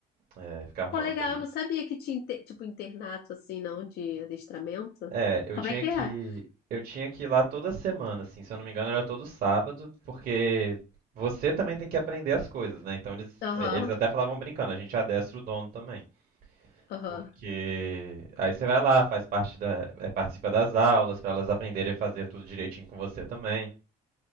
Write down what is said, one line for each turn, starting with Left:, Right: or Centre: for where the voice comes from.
Right: é, ficar arrumando
Left: Pô, legal,
Right: briga.
Left: eu não sabia que tinha, inte- tipo, internato, assim, não, de adestramento.
Right: É, eu
Left: Como
Right: tinha
Left: é que
Right: que
Left: é?
Right: eu tinha que ir lá toda semana, assim, se eu não me engano era todo sábado, porque você também tem que aprender as coisas, né? Então eles
Left: Aham,
Right: é, eles até falavam brincando, a gente adestra o dono também.
Left: aham.
Right: Porque aí você vai lá, faz parte da, é, participa das aulas, pra elas aprenderem a fazer tudo direitinho com você também.